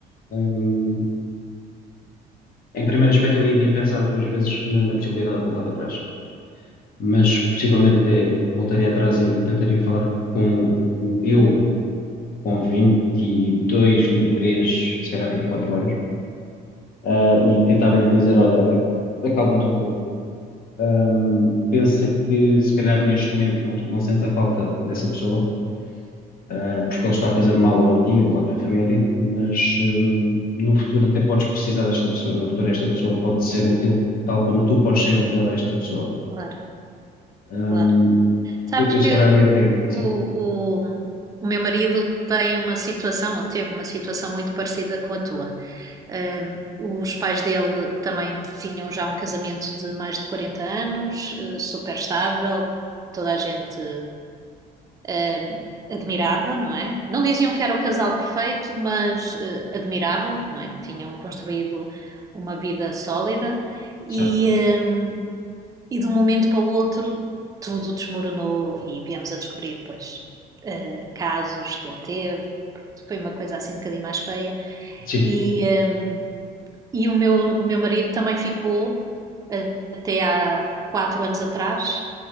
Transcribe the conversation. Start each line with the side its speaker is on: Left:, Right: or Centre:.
Left: ehm, Em primeiro aspecto, eu iria pensar duas vezes na, na possibilidade de voltar atrás, mas possivelmente até voltaria atrás e, e tentaria falar com o- eu, com 22,
Right: Uhum,
Left: 23, se calhar 24 anos, ah, e tentava-lhe dizer: Olha, ac- acalma-te um pouco, Ahm, pensa que se calhar neste momento não, não sentes a falta dessa pessoa, ah, porque ele está a fazer mal ou a ti ou à tua família, mas hum, no futuro até podes precisar desta pessoa, no futuro esta pessoa pode ser útil tal como tu podes ser útil a esta pessoa.
Right: Claro,
Left: Hum,
Right: claro. Sabes
Left: eu, eu
Right: que
Left: se calhar ia para aí. Sim,
Right: o, o, o meu marido tem uma situação, ou teve uma situação muito parecida com a tua. Ahm, os pais dele também tinham já um casamento de mais de 40 anos, eh, super estável, toda a gente. ah, admirava, não é? Não diziam que era o casal perfeito, mas ah, admiravam, não é? Tinham construído uma vida sólida e,
Left: certo.
Right: ah, e de um momento para o outro tudo desmoronou e viemos a descobrir, pois, ah, casos que ele teve. Pronto, foi uma coisa assim um bocadinho mais feia
Left: Sim.
Right: e, ah, e o meu, o meu marido também ficou a- até há quatro anos atrás.